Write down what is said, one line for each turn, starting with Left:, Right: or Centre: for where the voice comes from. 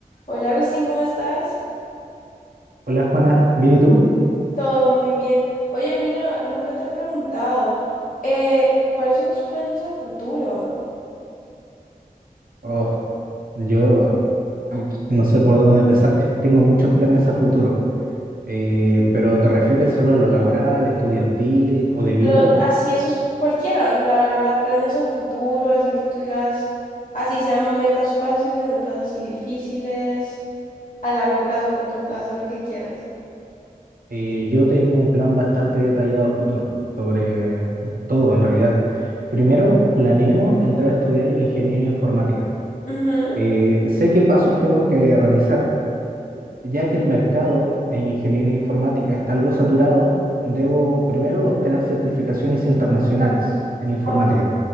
Left: Hola Agustín, ¿cómo estás?
Right: Hola Juana, ¿bien y tú?
Left: Todo muy bien. Oye, mira, nunca te he preguntado, eh, ¿cuáles son tus planes a futuro?
Right: Oh, yo no sé por dónde empezar. Tengo muchos planes a futuro, Eh, pero ¿te refieres solo a lo laboral, estudiantil o de vida?
Left: Lo- así esos, cualquiera, la verdad, planes a futuro, así que tú digas, así sean metas fáciles, metas así difíciles, a largo plazo, corto plazo, lo que quieras.
Right: Eh, yo tengo un plan bastante detallado a futuro sobre todo en realidad. Primero, planeo entrar a estudiar ingeniería informática.
Left: Ujú.
Right: Eh, sé qué pasos tengo que realizar, Ya que el mercado en ingeniería informática está algo saturado, debo primero obtener certificaciones internacionales en informática.
Left: Ah,